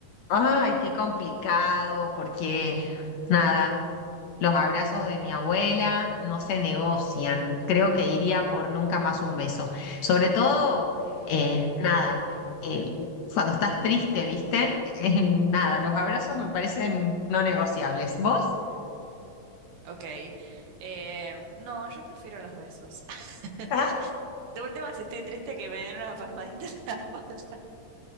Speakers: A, on the left (about 70°); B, on the right (about 75°).
A: Ay, qué complicado, porque nada, los abrazos de mi abuela no se negocian. Creo que iría por nunca más un beso. Sobre todo, eh, nada, eh, cuando estás triste, ¿viste? <laughs> Eh, nada,
B: Ujú,
A: los abrazos me parecen no negociables. ¿Vos?
B: Ok, Eh, no, yo prefiero los besos. <laughs>
A: <laughs>
B: De última, si estoy triste, que me den una palmadita en la espalda.